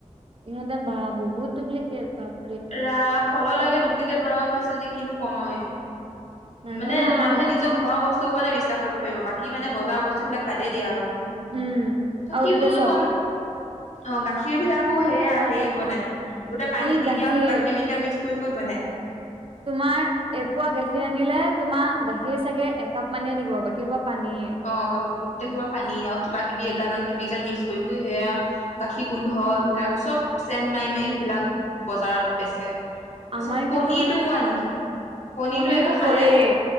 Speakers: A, on the right (about 50°); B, on the left (about 65°).
A: ইহঁতেৰ বা বহুত ডুপ্লিকেট বাপ্
B: ৰা ফলৰলৈকে ডুপ্লিকেট বনাব পাৰিছে যদি কিনো কম আও এতিয়া।
A: নাজানো
B: মানে
A: আও
B: মানুহে নিজক ঘৰৰ বস্তু ওপতে বিশ্বাস কৰিব পাৰিব। বাকী মানে বজাৰৰ বস্তুবিলাক বাদে দিয়া আৰু তুমি।
A: উম
B: ত'
A: আৰু
B: কি
A: তাতে
B: বুলিনো
A: চব
B: কম? অঁ, গাখীৰ বিলাকো সেয়া হেৰি বনাই, গোটেই পানী
A: ই
B: দি
A: গাখীৰ
B: দিয়ে আৰু কিবা কেমিকেল মিক্স কৰি কৰি বনায়।
A: তোমাৰ এপোৱা গাখীৰ আনিলে তোমাৰ গাখীৰ চাগে একাপ মানেই থাকিব বাকীসোপা পানীয়ে।
B: অ, গ্ গোটেইসোপা পানী আৰু কিবা-কিবি এগাল মান কেমিকেল মিক্স কৰি কৰি সেয়া গাখীৰ গোন্ধ এইবিলাক চব চেন মাৰি মাৰি সেইবিলাক বজাৰত বেচে। তাৰপিছত
A: আমাৰ
B: কণীটো
A: কিন্তু মানে
B: আনকি কণীটো
A: পনিৰটো
B: একে
A: কৰেই।
B: খালে